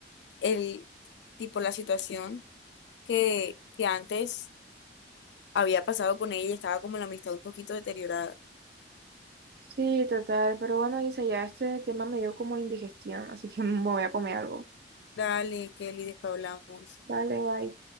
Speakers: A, on the left (about 70°); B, on the right (about 55°).
A: el tipo, la situación que, que antes había pasado con ella, estaba como la amistad un poquito deteriorada.
B: Sí, total, pero bueno, Isa, ya este tema me dio como indigestión, así que <laughs> me voy a comer algo.
A: Dale, Kelly, después hablamos.
B: dale bye.